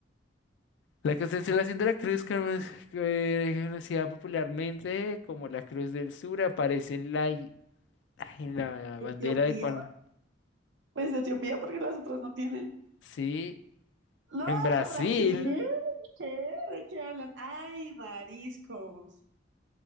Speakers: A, on the left; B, on the right.
A: La constelación de la cruz, como es eh, conocida popularmente como la Cruz del Sur, aparece en la, i- en la bandera
B: Etiopía.
A: de cuál.
B: Pues Etiopía porque las otras no tienen.
A: Sí,
B: No,
A: en Brasil.
B: Brasil. ¿Qué? ¿De qué hablan? Ay, mariscos.